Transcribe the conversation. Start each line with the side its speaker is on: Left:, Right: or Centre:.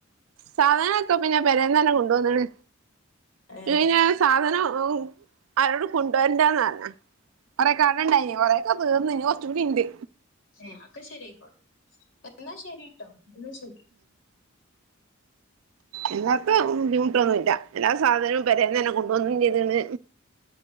Right: സാധനങ്ങളൊക്കെ പിന്നെ പെരേന്നന്നെ കൊണ്ട് വന്നേണ്
Left: ഏഹ്
Right: ഇല്ലെങ്കി ഞാൻ സാധനം ഊ ആരോടും കൊ ണ്ട് വരണ്ടാന്ന് പറഞ്ഞ കൊറെ <unintelligible> ഇനി കൊറേക്ക തീർന്ന് ഇനി കൊറച്ചും കൂടി ഇണ്ട്.
Left: ഏ ഒക്കെ ശെരിയായിക്കോളും എന്നാ ശരി കേട്ടോ എന്നാ ശരി <inaudible>
Right: എന്നാപ്പ ഉം ബുദ്ധിമുട്ടൊന്നുഇല്ല എല്ലാ സാധനവും പെരേന്ന് തന്നെ കൊണ്ടുവന്നും ചെയ്തേക്കണ്